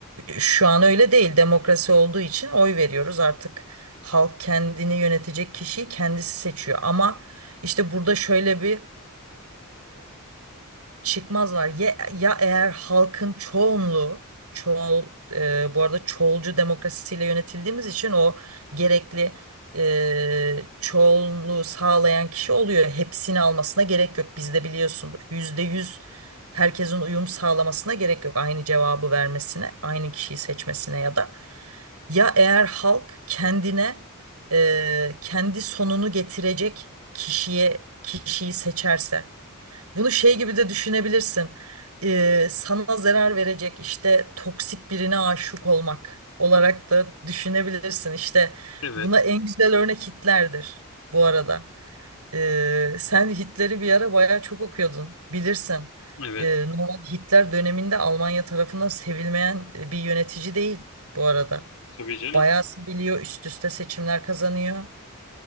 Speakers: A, on the right; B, on the left.
A: Şu an öyle değil. Demokrasi olduğu için oy veriyoruz. Artık halk kendini yönetecek kişiyi kendisi seçiyor. Ama işte burada şöyle bir çıkmaz var. Ya, ya eğer halkın çoğunluğu çoğul e, bu arada çoğulcu demokrasiyle yönetildiğimiz için o gerekli e, çoğunluğu sağlayan kişi oluyor. Hepsini almasına gerek yok. Bizde biliyorsundur. Yüzde yüz herkesin uyum sağlamasına gerek yok. Aynı cevabı vermesine, aynı kişiyi seçmesine ya da. Ya eğer halk kendine e, kendi sonunu getirecek kişiye kişiyi seçerse. Bunu şey gibi de düşünebilirsin. Ee, sana zarar verecek işte toksik birine aşık olmak olarak da düşünebilirsin. İşte
B: Evet,
A: buna en güzel örnek Hitler'dir bu arada. Ee, sen Hitler'i bir ara bayağı çok okuyordun bilirsin.
B: evet.
A: Ee, normal Hitler döneminde Almanya tarafından sevilmeyen e, bir yönetici değil bu arada.
B: Tabii canım.
A: Bayağı seviliyor, üst üste seçimler kazanıyor.